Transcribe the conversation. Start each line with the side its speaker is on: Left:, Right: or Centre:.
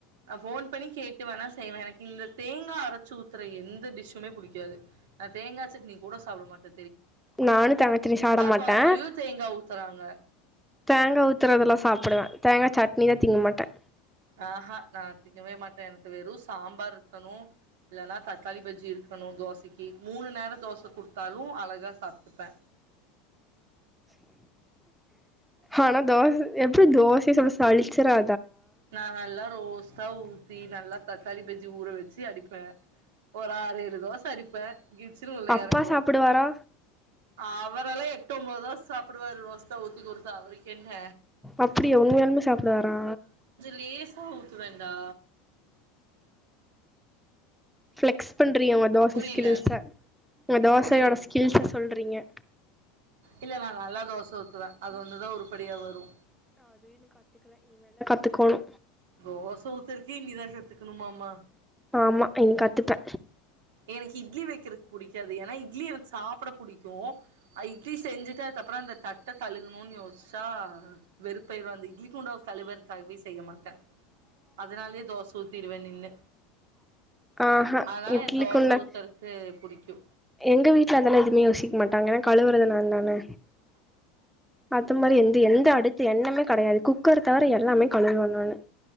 Right: அ ஃபோன் பண்ணி கேட்டு வேணா செய்வ எனக்கு இந்த தேங்கா அரைச்சு ஊத்துற எந்த டிஷ்ஷுமே புடிக்காது அ தேங்கா சட்னி கூட சாப்ட மாட்ட
Centre: நானு தேங்கா திர்வி சாப்ட மாட்ட
Right: கொழம்புலயு தேங்கா ஊத்துறாங்க
Centre: தேங்கா ஊத்துறதெல்லா சாப்டுவ தேங்கா சட் னிவே திங்க மாட்ட
Right: ஆஹா நா திங்கவே மாட்ட எனக்கு வெறு சாம்பார் இருக்கணு இல்லன்னா தக்காளி பஜ்ஜி இருக்கணு தோசைக்கு மூணு நேரோ தோச குடுத்தாலு அழகா சாப்டுப்ப
Centre: ஆனா தோச எப்டி தோசை சாப்டு சளிச்சிரா
Right: நாங்க எல்லாரு ஓஸ்தா ஊ தீ நல்லா தக்காளி பேஜ்ஜி ஊற வச்சு அடிப்ப ஒரு ஆறு ஏழு தோச அடிப்ப கிச்சனு உள்ளேயாறுங்கோ
Centre: அப்பா சாப்டுவாரா
Right: ஆவ்த் வரலே எட்டு ஒம்போது தா சாப்டுவாரு ரோஸ் சௌதிக் ஒரு ஃபேவரட் என்ன
Centre: அப்டியா உண்மையாலுமே சாப்டுவாரா
Right: லேசா ஊத்துவேன்டா
Centre: ஃபளெக்ஸ் பன் தெரியோ உன் தோச
Right: புரில
Centre: ஸ்கில்ஸா உங்க தோசையோட
Right: புரில புரில
Centre: ஸ்கில்ஸா சொல்ற ரிங்க
Right: இல்ல நா நல்லா தோச ஊத்துவே அது ஒன்னுதா உருப்டிபயா வரோ
Centre: கத்துகோணோ
Right: தோச ஊத்தர்கே இனிதா கத்துக்குனுமா மா
Centre: ஆமா இனி கத்துப்பே
Right: எனக்கு இட்லி வெக்கிறக் புடிக்காது ஏன்னா இட்லி எனக்கு சாப்ட புடிக்கோ ஐ இட்லி செஞ்சிட்டு அதுக்கப்றோ அந்த தட் ட கழுவுனும்னு யோசிச்சா அ வெறுப்பாயிருவே இந்த இட்லிக்கு குண்டா கழுவர் அதுக்காகவே செய்ய மாட்டே அதனாலயே தோச ஊத்திருவே நின்னு
Centre: ஆஹா
Right: அதனால
Centre: இட்லிக்குள்ள
Right: என் தோச ஊத்தருக்கு புடிக்கியூ
Centre: எங்க வீட்ல அதெல்லா எதுவுமே யோசிக்க மாட்டாங்க ஏனா கழுவுறது நான் தான அது மாறி எந்து எந்த அடுத்து எண்ணமே கடையாது குக்கர தவிர எல்லாமே கழுவனுணானு